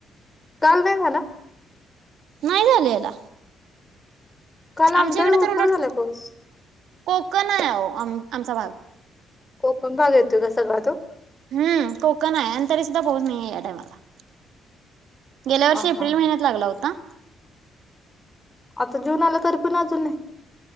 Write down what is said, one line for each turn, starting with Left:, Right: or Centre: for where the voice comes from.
Left: काल नाही झाला?
Right: नाही झालेला
Left: काल
Right: आमच्या
Left: आमच्याकडे
Right: इकडे
Left: भरपूर
Right: तर उलट
Left: झाला पाउस
Right: कोकण आहे आहो आम आमचा भाग
Left: कोकण भाग येतोय का सगळा तो
Right: हम्म कोकण आहे आणि तरी सुद्धा पाऊस नाहीे हाय या टाइमाला. गेल्या वर्षी
Left: अ
Right: एप्रिल
Left: हा
Right: महिन्यात
Left: हा
Right: लागला होता.
Left: आता जुन आला तरी पण अजून नाही.